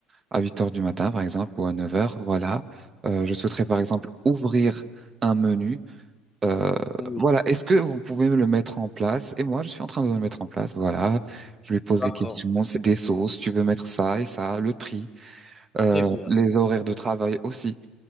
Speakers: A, on the right; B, on the left.
A: à 8 heures du matin, par exemple, ou à 9 heures. Voilà. Euh, je souhaiterais, par exemple, ouvrir un menu. Euh,
B: Oui,
A: voilà. Est-ce que vous pouvez me le mettre en place? Et moi, je suis en train de le mettre en place. Voilà. Je lui pose
B: d'accord,
A: les questions. C'est des sauces. Tu veux mettre ça et ça, le prix, euh,
B: très bien.
A: les horaires de travail aussi.